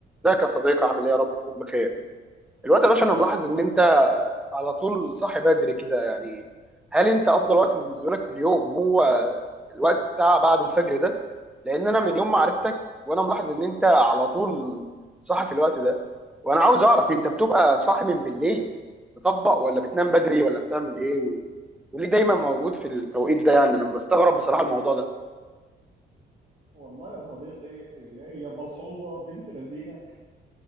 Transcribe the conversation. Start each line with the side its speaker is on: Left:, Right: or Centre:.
Centre: ازيك يا صديقي عامل ايه يا رب تكون بخير الوقت يا باشا انا ملاحظ ان انت على طول صاحي بدري كده يعني هل انت افضل وقت بالنسبه لك في اليوم هو الوقت بتاع بعد الفجر ده لان انا من يوم ما عرفتك وانا ملاحظ ان انت على طول صاحي في الوقت ده وانا عاوز اعرف انت بتبقى صاحي من بالليل تطبق ولا بتنام بدري ولا بتعمل ايه و... وليه دايما موجود في التوقيت ده يعني انا بستغرب بصراحه الموضوع ده
Right: والله يا صديقي هي ملحوظة بنت لذينة